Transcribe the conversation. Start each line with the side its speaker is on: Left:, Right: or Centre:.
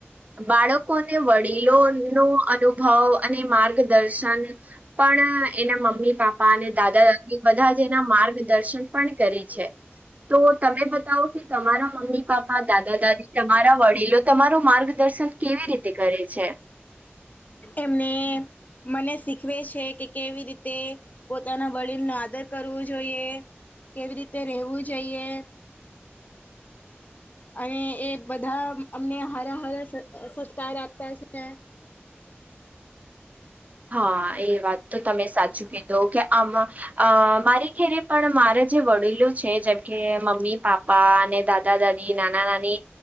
Right: બાળક લોકોને વડીલો નો અનુભવ અને માર્ગદર્શન પણ એના મમ્મી બાપા અને દાદા દાદી બધા જ એના માર્ગદર્શન પણ કરી છે તો તમે બતાવો કે તમારા મમ્મી પાપા દાદા દાદી તમારા વડીલો તમારો માર્ગ દર્શન કેવી રીતે કરે છે
Left: એમને મને શીખવે છે કે કેવી રીતે પોતાના વડીલ નુ આદર કરવું જોઈએ કેવી રીતે રહેવું જોઈએ અને એ બધા અમને હરા હરા સત્કાર આપતા છે
Right: હા એ વાત તો તમે સાચું કીધું કે આમાં અ મારી ઘેરે પણ મારા જે વડીલો છે જેમ કે મમ્મી પાપા પપ્પા અને દાદા દાદી નાના નાની